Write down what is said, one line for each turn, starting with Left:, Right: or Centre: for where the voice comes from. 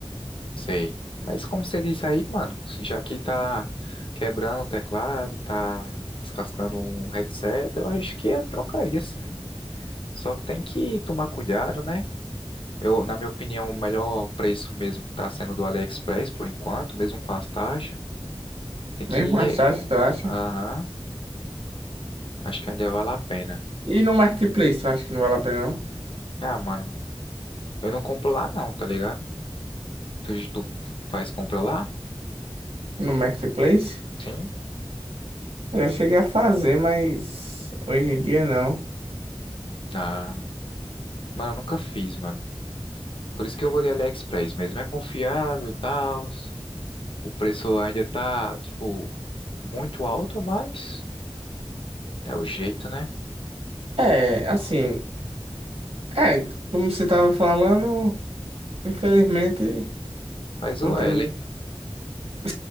Left: Sei. Mas como você disse aí, mano, já que tá quebrando o teclado, tá descascando um headset, eu acho que eu trocaria sim. Só que tem que tomar cuidado, né? Eu, na minha opinião, o melhor preço mesmo tá sendo do AliExpress por enquanto, mesmo com as taxas. Tem que.
Right: Mesmo com as taxas, tu acha?
Left: Aham, acho que ainda vale a pena.
Right: E no Marketplace, tu acha que não vale a pena, não?
Left: Ah, mano, eu não compro lá não, tá ligado? Tu, tu faz compra lá?
Right: No Marketplace?
Left: Sim?
Right: Eu já cheguei a fazer, mas hoje em dia não.
Left: Ah, mano, eu nunca fiz, mano. Por isso que eu vou de AliExpress mesmo. É confiável e tal. O preço ainda tá, tipo, muito alto, mas é o jeito, né?
Right: É, assim, é, como você tava falando, infelizmente
Left: Faz
Right: não
Left: o
Right: tem
Left: L.
Right: muito. <laughs>